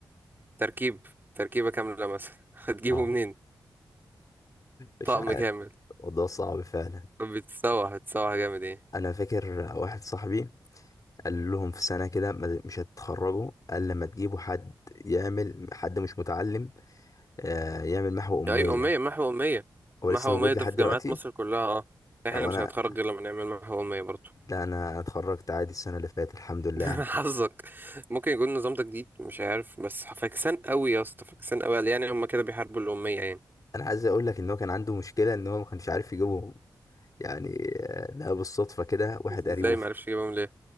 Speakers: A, on the right; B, on the left.
A: تركيب تركيبة كاملة مثلا <laughs> هتجيبه
B: اه
A: منين
B: مش
A: طقم
B: عارف
A: كامل
B: الموضوع صعب فعلا
A: بتسوح بتسوح جامد ايه
B: انا فاكر واحد صاحبي قال لهم في سنة كده ما- مش هتتخرجوا قال لما تجيبوا حد يعمل حد مش متعلم آه، يعمل محو أمية
A: اي أمية محو أمية
B: هو
A: محو
B: لسه موجود
A: أمية ده
B: لحد
A: في
B: دلوقتي
A: جامعات مصر كلها اه احنا
B: لو
A: مش
B: أنا
A: هنتخرج غير لما نعمل محو أمية برضه
B: لا أنا اتخرجت عادي السنة اللي فاتت الحمد لله
A: <laughs>
B: يعني
A: حظك ممكن يكون النظام ده جديد مش عارف بس فاكسان قوي يا اسطى فاكسان قوي يعني هما كده بيحاربوا الأمية يعني
B: <laughs> أنا عايز أقول لك إن هو كان عنده مشكلة إن هو ما كانش عارف يجيبهم يعني آه، لقى بالصدفة كده واحد قريبه
A: ازاي
B: في-
A: معرفش يجيبهم ليه